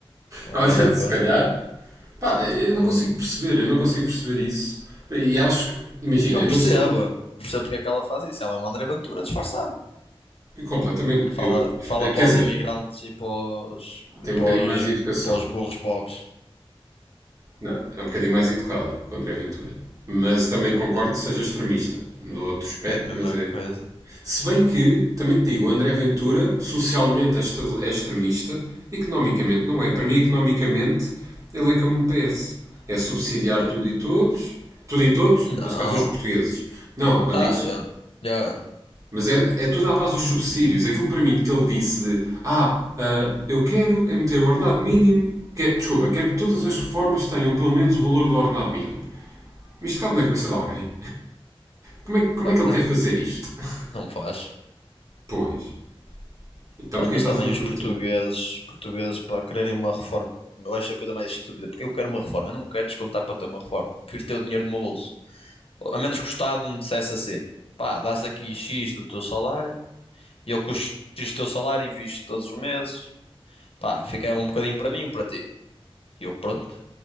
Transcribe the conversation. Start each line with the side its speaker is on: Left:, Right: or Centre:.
Left: Pá,
Right: Olha,
Left: Nada
Right: se
Left: contra.
Right: calhar. Pá, eu não
Left: Eh,
Right: consigo perceber. Eu não consigo perceber isso. E acho que. Imagina,
Left: Eu
Right: eu
Left: percebo,
Right: não sou.
Left: eu percebo porque é que ela faz isso. Ela é um André Ventura disfarçado.
Right: Completamente.
Left: Que Fala,
Right: Eu,
Left: fala
Right: eh, quer
Left: para
Right: dizer,
Left: os imigrantes e para os,
Right: tenho
Left: e para
Right: um bocadinho mais
Left: os,
Right: de educação.
Left: para os burros pobres.
Right: Não, é um bocadinho mais educada que o André Ventura. Mas também concordo
Left: Eh,
Right: que seja extremista. Do outro espectro,
Left: É a mesma
Right: mas é.
Left: coisa.
Right: Se bem que, também te digo, o André Ventura socialmente é extre- é extremista, economicamente não é. Para mim, economicamente, ele é como o PS. É subsidiar
Left: Pois.
Right: tudo e todos, tudo e todos,
Left: Não.
Right: neste caso os portugueses. Não, quando
Left: Ah,
Right: digo. su-
Left: eu, eu-
Right: Mas é, é tudo à base dos subsídios. Aquilo para mim que ele disse de ah, ah, eu quero é meter o ordenado mínimo. que- desculpa, quero que todas as reformas tenham pelo menos o valor do ordenado mínimo. Mas isto cabe na cabeça de alguém. Como é, que- como
Left: claro
Right: é que
Left: que
Right: ele
Left: não.
Right: quer fazer isto? <laughs>
Left: Não faz.
Right: Pois. Então
Left: Pá,
Right: porquê
Left: mas
Right: estás
Left: também
Right: a prometer?
Left: os portugueses, portugueses para quererem uma reforma, eu acho a coisa mais estúpida. Porque eu quero uma reforma, eu não quero descontar para ter uma reforma. Prefiro ter o dinheiro no meu bolso. A menos que o Estado me dissesse assim: pá, dás aqui X do teu salário e eu com o X do teu salário invisto todos os meses, pá, fica um bocadinho para mim, e um para ti. E eu, pronto,